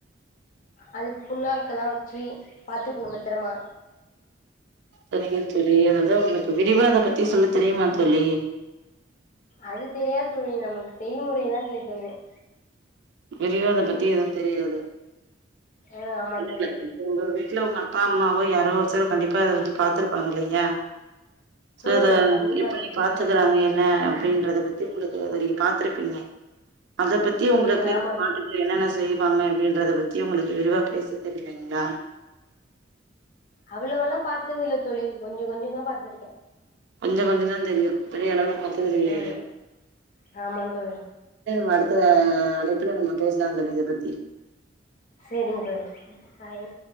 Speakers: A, on the left (about 45°); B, on the right (about 65°).
A: அது புண்ணாக்கெல்லா வச்சு பாத்துக்கணு பத்தரமா
B: செரிங்க தோழி அததா உங்களுக்கு விரிவா அத பத்தி சொல்ல தெரியுமா தோழி
A: அது தெரியாது தோழி நமக்கு செய்முறைதான் செய்யத்தெரியும்
B: விரிவ அதை பத்தி எதுவும் தெரியாது
A: ஆ ஆமா
B: இல்லல்ல
A: தோழி
B: இப்ப உங்க வீட்ல உங்க அப்பா அம்மாவு யாரோ ஒருத்தர் கண்டிப்பா அதை வந்து பாத்துருப்பாங்க இல்லையா சோ
A: ம்
B: அத
A: கண்டிப்பா
B: எப்படி
A: தோழி
B: பாத்துக்கறாங்க
A: பாத்துப்பே
B: என்ன அப்படின்றத பத்தி உங்களுக்கு நீங்க அதை பாத்துருப்பீங்க அத பத்தி உங்களுக்கு
A: ம் ஆமா
B: அவங்கபாட்டுக்கு
A: தோழி
B: என்னென்ன செய்வாங்க அப்படின்றத பத்தி உங்களுக்கு விரிவா பேச தெரிலைங்களா
A: அவ்வளவெல்லா பார்த்ததில்லை தோழி கொஞ்சம் கொஞ்சம் தான் பார்த்திருக்கே
B: கொஞ்சம் கொஞ்சம் தான் தெரியும் பெரிய அளவுல பாத்தது கிடையாது
A: ம் ஆமா தோழி
B: <unintelligible> அடுத்த அழைப்புல நம்ம பேசலாம் தோழி இத பத்தி
A: சேரிங்க தோழி பாய்